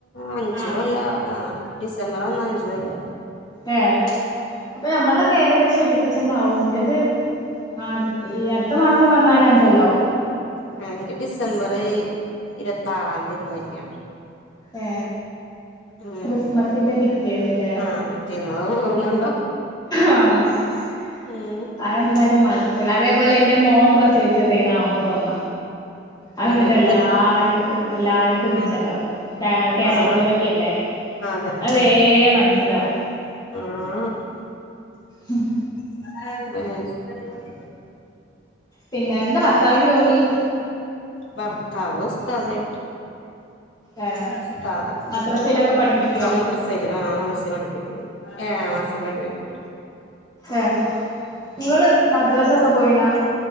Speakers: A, on the left; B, on the left.
A: അഞ്ച
B: ആഹ്
A: കൊല്ല ആ ഡിസംബർ വന്ന അഞ്ച കൊല്ല
B: ഏ അപ്പൊ ഞമ്മൾതൊക്കെ ഏകദേശം ഒരുമിച്ച തന്നെ യാവും ന്റേത് ആ അടു ഈ അടുത്ത മാസം വന്നാല് അഞ്ചല്ല ആവും
A: ആ എന്റെ ഡിസംബർ ഇരുപത്ത ആറാം തീ ആയിരുന്നു കല്യാണം
B: എ
A: ഉം
B: ക്രിസ്മസിന്റെ പിറ്റന്ന ല്ലേ
A: ആഹ് പിറ്റേന്ന് അത് ഓർമ്മണ്ടോ
B: ആ ആ
A: ഉം
B: അതെന്തായാലും മറക്കല്ല അതേപോലെ എന്റെ മോൻ പ്രസവിച്ചത് മ്പരൊന്ന അത് വീട്ടില്എല്ലാർക്കും
A: പിന്നെ സെപ്
B: എല്ലാർക്കും മിച്ച
A: ഉം
B: ഇണ്ടാവും കേരള
A: ആഹ്
B: പിറവിയല്ലേ
A: അതന്നെ
B: അതേ മനസ്സിലാവും
A: ആഹ്
B: ഉം
A: ഉം
B: പിന്നെ എന്താ ഭർത്താവിന് ജോലി കൊ
A: ഭർത്താവ് ഉസ്താതായിട്ട്
B: ഏ
A: ഉസ്താദാണ്ആ
B: മദ്രസയിലൊക്കെ പഠിപ്പിക്കോ
A: മദർസൽ ആ മദർസെപഠിപ്പിക്കുന്നു ഏ മസൽ <unintelligible>
B: ഏ നിങ്ങള് മദ്രാസൊക്കെ പോയിണോ